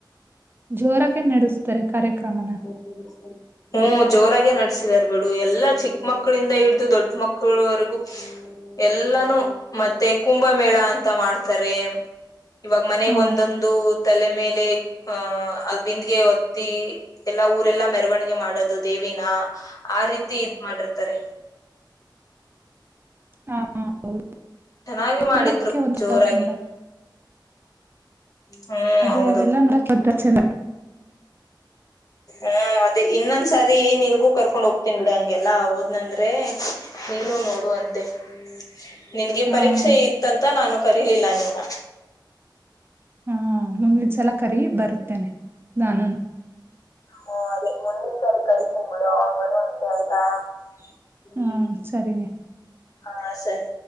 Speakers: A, on the right; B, on the left.
A: ಜೋರಾಗೆನಡೆಸ್ತಾರೆ ಕಾರ್ಯಕ್ರಮನ.
B: ನೋಡಲ್ಸ್ ಬಂತ್. ಹು ಜೋರಾಗೆ ನಡ್ಸಿದಾರ ಬಿಡು ಎಲ್ಲಾ ಚಿಕ್ಕ ಮಕ್ಕಳಿಂದ ಹಿಡ್ದು ದೊಡ್ಡ ಮಕ್ಕಳವರೆಗೂ. ಎಲ್ಲಾನೂ ಮತ್ತೆ ಕುಂಭಮೇಳ ಅಂತಾ ಮಾಡ್ತಾರೆ. ಇವಾಗ ಮನೆಗೆ
A: ಹಾ
B: ಒಂದೊಂದು ತಲೆ ಮೇಲೆ ಅ ಬಿಂದ್ಗೆ ಹೊತ್ತಿ. ಎಲ್ಲಾ ಊರೆಲ್ಲಾ ಮೆರವಣಿಗೆ ಮಾಡೋದು ದೇವಿನಾ ಆ ರೀತಿ ಇದ ಮಾಡಿರ್ತಾರೆ.
A: ಹಾ ಹೌದು
B: ತನ್ನಾಗೆ ಮಾಡಿದ್ರು
A: ನೋಡಕ್ಕೆ ಒಂಥರಾ
B: ಜೋರಾಗಿ.
A: ಚಂದ
B: ಹ್ಮ್
A: ಅದೇ
B: ಹೌದು
A: ಅವೆಲ್ಲಾ ನೋಡಾಕ ಬಟ್ ಹಚ್ಚಲ್ಲಾ.
B: ಅ ಅದೇ ಇನ್ನೊಂದ್ಸಾರಿ ನಿನ್ಗೂ ಕರ್ಕೊಂಡ್ ಹೋಗ್ತೀನ್ ಬಿಡ ಹಂಗೆಲ್ಲಾ ಹೋದ್ನಂದ್ರೆ. ನೀನು ನೋಡುವಂತೆ ಹ್ಮು ನಿನ್ಗೆ
A: ಹಾ.
B: ಪರೀಕ್ಷೆ ಇತ್ತಂತ ನಾನು ಕರಿಲಿಲ್ಲ ನಿನ್ನ.
A: ಹಾ ಮುಂದಿಂದ್ಸಲ ಕರಿ ಬರುತ್ತೇನೆ ನಾನುನು.
B: ಹರೀ ಮುಂದಿನ್ ಸರಿ ಕರಿತಿನಿ ಬಿಡು ಅವಾಗ ಬರುವ ಅಂತೆ ಆಯ್ತಾ. ಹ್ಮು
A: ಹಾ ಸರಿನೆ.
B: ಹಾ ಸರಿ.